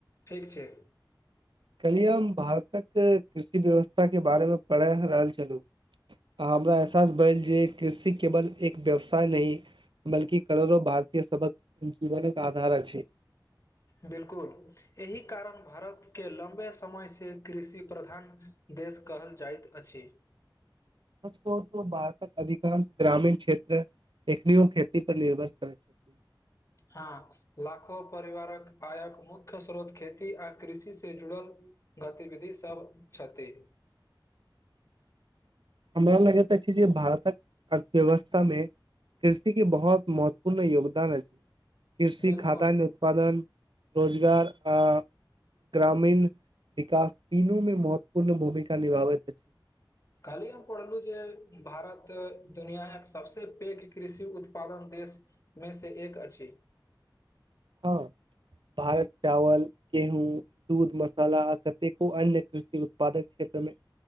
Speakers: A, on the left; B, on the right.
A: ठीक छै।
B: कल्हि हम भारतक कृषि व्यव्स्था के बारे में पढ़ै ह रहल छलहुँ। आ हमरा एहसास भेल जे कृषि केवल एक व्यवसाय नहि। बल्कि करोड़ों भारतीय सबहक जीवन आधार अछि।
A: बिल्कुल, एहि कारण भारत के लंबे समय से कृषि प्रधान देश। कहल जाइत अछि।
B: भारतक अधिकांश ग्रामीण क्षेत्र। एखनीयो खेती पर निर्भर करै छथि।
A: हँ, लाखो परिवारक आयक मुख्य स्रोत खेती आ कृषि से जुड़ल। गतिविधि सभ छथि।
B: <inaudible> हमरा लगैत अछि जे भारतक अर्थव्यवस्था में। कृषि के बहुत महत्वपूर्ण योगदान अछि। कृषि
A: बिलकुल
B: खाद्यान्न उत्पादन। रोजगार आ। ग्रामीण विकास, तीनुमें महत्वपूर्ण भूमिका निभाबैत अछि।
A: काल्हि हम पढ़लहुँ जे भारत दुनिआक सबस पैघ कृषि उत्पादन देश। में से एक अछि।
B: हाँ। भारत चावल, गेहूँ, दूध, मसाला आ कतेको अन्य कृषि उत्पादक क्षेत्र।